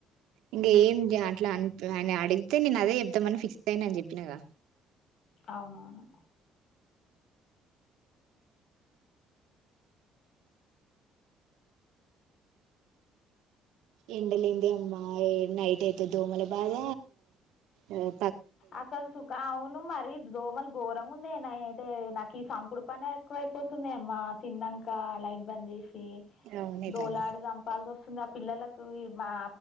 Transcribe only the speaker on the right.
ఇంగ ఏం జ అట్లా అన్ అయాన అడిగితే నేన్ అదే జెప్తామని ఫిక్స్ అయినా అని జెప్పినగా
ఎండలేందె అమ్మా ఎ నైట్ అయితె దోమల బాధ ఆ
అవునే
తల్లి